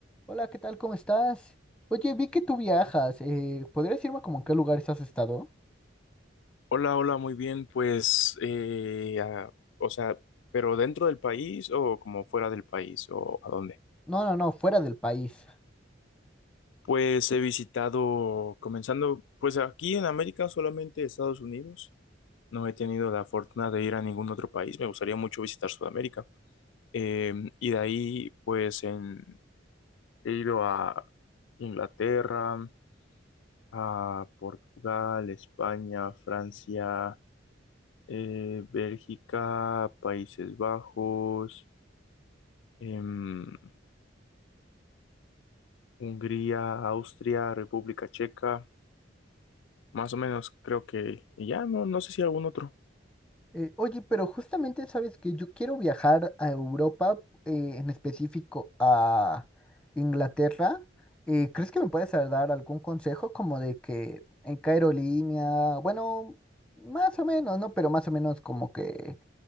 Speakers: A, in the centre; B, on the left.
A: Hola, ¿qué tal? ¿Cómo estás? Oye, vi que tú viajas. eh, ¿podrías decirme como en qué lugares has estado?
B: Hola, hola, muy bien, pues, eh, ah, o sea, pero dentro del país o como fuera del país o a dónde?
A: No, no, no, fuera del país.
B: Pues he visitado, comenzando, pues aquí en América solamente Estados Unidos. No he tenido la fortuna de ir a ningún otro país. Me gustaría mucho visitar Sudamérica. Eh, y de ahí, pues, en- he ido a Inglaterra, a Portugal, España, Francia, eh, Bélgica, Países Bajos. em, Hungría, Austria, República Checa, más o menos creo que y ya, no, no sé si algún otro.
A: Eh, oye, pero justamente sabes que yo quiero viajar a Europa, eh, en específico a Inglaterra. Eh, ¿crees que me puedes dar algún consejo como de que en qué aerolínea? Bueno, más o menos, ¿no? Pero más o menos como que